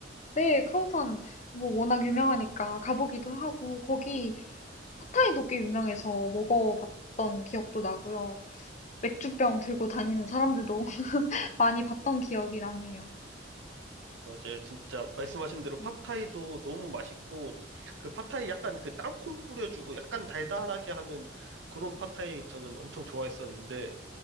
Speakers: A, on the left; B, on the right.
A: 네, 카오산 뭐 워낙 유명하니까 가보기도 하고 거기 팟타이도 꽤 유명해서 먹어봤던 기억도 나고요. 맥주병 들고 다니는 사람들도 <laughs> 많이 봤던 기억이 나네요.
B: 맞아요. 진짜 말씀하신 대로 팟타이도
A: 네.
B: 너무 맛있고 그 팟타이 약간 그 땅콩 뿌려주고 약간 달달하게 하는 그런 팟타이 저는 엄청 좋아했었는데